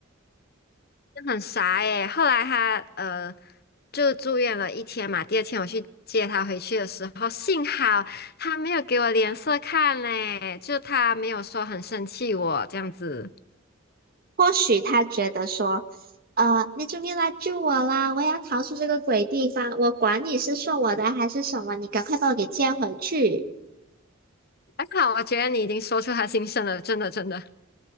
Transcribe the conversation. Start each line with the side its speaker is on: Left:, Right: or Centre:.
Left: 很傻耶。后来他呃就住院了一天嘛，第二天我去接他回去的时候，幸好他没有给我脸色看嘞，就他没有说很生气我这样子。
Right: 或许他觉得说，呃，你终于来救我啦，我要逃出这个鬼地方，我管你是送我的还是什么，你赶快把我给接回去。
Left: 还好，我觉得你已经说出他心声了，真的真的，